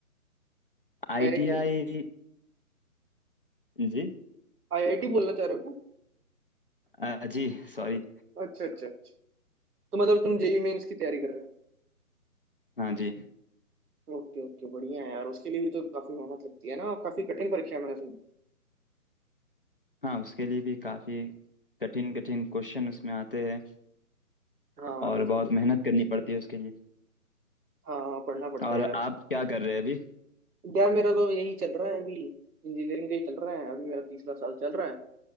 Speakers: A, on the left; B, on the right.
A: आईटीआई
B: आईआईटी
A: जी
B: आईआईटी बोलना चाह रहे हो
A: अ, जी सॉरी
B: क्या अच्छा अच्छा अच्छा तो मतलब तुम जेई मेंस की तैयारी कर रहे हो
A: हाँ जी
B: ओके ओके बढ़िया है यार उसके लिए भी तो काफी मेहनत लगती है ना और काफी कठिन परीक्षा है मैंने सुनी
A: हाँ उसके लिए भी काफ़ी कठिन कठिन क्वेश्चन उसमें आते हैं
B: हाँ
A: और
B: तो उसके
A: बहुत
B: लिए
A: मेहनत करनी पड़ती है उसके लिए
B: हाँ हाँ, पढ़ना पड़ता
A: और
B: है यार
A: आप
B: उसके
A: क्या कर रहे हैं अभी
B: लिए यार मेरा तो यही चल रहा है अभी इंजीनियरिंग का ही चल रहा है अभी मेरा तीसरा साल चल रहा है